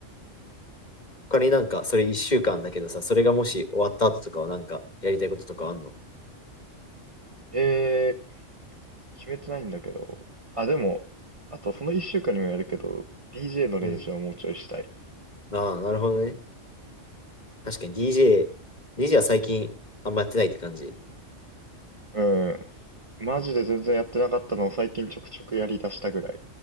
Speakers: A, on the left; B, on the right.
A: 他になんかそれ1週間だけどさ、それがもし終わった後とかはなんかやりたいこととかあんの
B: えー、決めてないんだけど。あ、でも、あとその1週間にもやるけど、DJ の練習はもうちょいしたい。
A: うん。ああ、なるほどね。確かに DJ、DJ は最近あんまやってないって感じ。
B: うん。マジで全然やってなかったのを最近ちょくちょくやりだしたぐらい。